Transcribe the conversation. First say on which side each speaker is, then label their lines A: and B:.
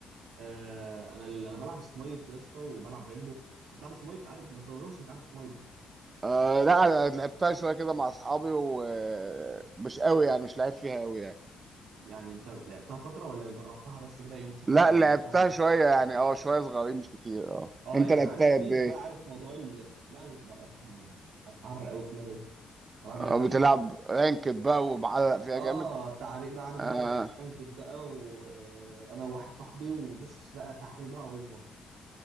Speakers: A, on the right; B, on the right.
A: آه، انا ال- انا بلعب سمايت يا اسطى وبلعب ريمبو بتلعب سمايت عارف ما تظنش انك عارف سمايت دي
B: آه لا أنا لعبتها شوية كده مع أصحابي ومش قوي يعني مش لعيب فيها قوي يعني
A: يعني انت لعبتها فتره ولا جربتها بس كده يوم شكرا
B: لا لعبتها
A: وسلام عليكم
B: شوية يعني اه شوية صغيرين مش كتير اه
A: اه
B: انت
A: يعني
B: لعبتها
A: عارف فيها
B: قد ايه؟
A: بقى عارف موضوع ال... لا انا بقى معرق قوي في اللعبه دي بلعب بقالي
B: اه
A: كتير
B: بتلعب رانكد بقى ومعلق فيها
A: اه
B: جامد
A: تعريق بقى عارف
B: اه
A: بقى بانكت بقى وانا وواحد صاحبي وبص بقى تعريق بقى اوفر